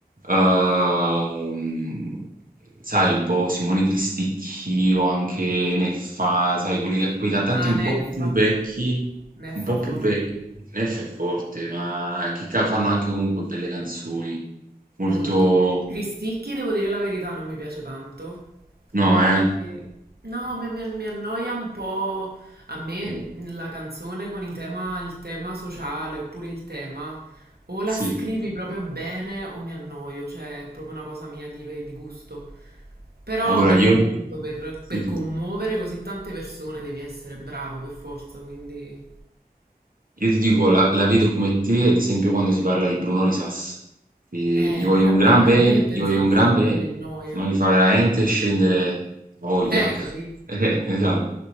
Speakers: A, on the right; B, on the right.
A: ehm, sai, un po' Simone Cristicchi o anche Neffa, sai, quelli- quei cantanti
B: Ah,
A: un
B: Neffa,
A: po' più vecchi,
B: Neffa
A: un po'
B: forte.
A: più vecchi. Neffa è forte, ma che ca- fanno anche comunque belle canzoni. Molto...
B: Molto. Cristicchi, devo dire la verità, non mi piace tanto,
A: No,
B: ma
A: eh?
B: perché... No, mi, mi- mi annoia un po' a me
A: Eh,
B: la canzone con il tema, il tema sociale oppure il tema, o la
A: Sì.
B: scrivi proprio bene o mi annoio, cioè è proprio una cosa mia di, di gusto. Però
A: Allora
B: mi
A: io...
B: rendo conto, per, per
A: sì, sì.
B: commuovere così tante persone devi essere bravo per forza, quindi...
A: Io ti dico, la, la vedo come te, ad esempio, quando si parla di Bruno Risas, che
B: Eh,
A: gli voglio
B: pure
A: un
B: a me,
A: gran bene,
B: a me per
A: gli voglio
B: esempio
A: un gran
B: lui
A: bene,
B: pure mi annoia.
A: ma mi fa veramente scendere la voglia.
B: Eh,
A: <laughs>
B: capì?
A: Eh, esatto.